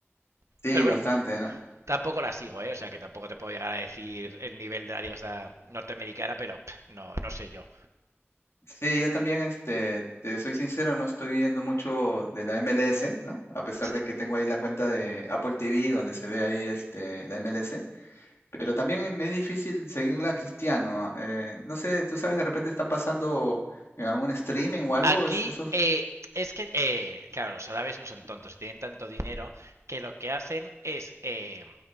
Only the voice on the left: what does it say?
Sí,
bastante, ¿no?
Sí, yo también, este, te soy sincero, no estoy viendo mucho de la MLS, ¿no? A pesar
de que tengo ahí la cuenta de Apple TV, donde se ve ahí, este, la MLS, Pero también em, es difícil seguirla a Cristiano. ah, eh, no sé, tú sabes, de repente están pasando en algún streaming o algo.
es- esos...